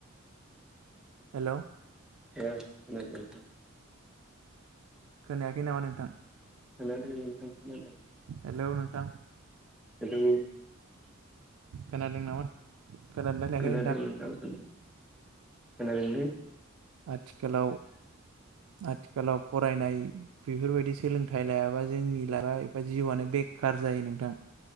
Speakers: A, on the right; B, in the centre.
A: हेलौ
B: औ <unintelligible>
A: खोनायाखै नामा नोंथां?
B: खोनादों नोंथां खोनादों।
A: हेलौ नोंथां
B: औ
A: खोनादों नामा खोनादोंना खोनायाखै
B: खोनादों नोंथां खोनादोंलै।
A: आथिखालाव आथिखालाव फरायनाय बेफोरबायदि सोलोंथाइ लायाबा जोंनि लागब एबा जिउआनो नो बेखार जायो नोंथां।